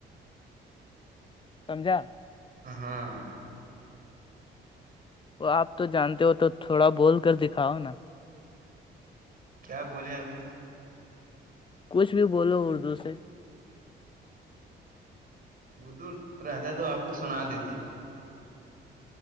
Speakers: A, on the left; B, on the right.
A: سمجھا
B: ہاں
A: وہ آپ تو جانتے ہو تو تھوڑا بول کر دکھاؤ نا
B: کیا بولے آپ سے
A: کچھ بھی بولو اردو سے
B: ا دور رہتا تو آپ کو سنا دیتی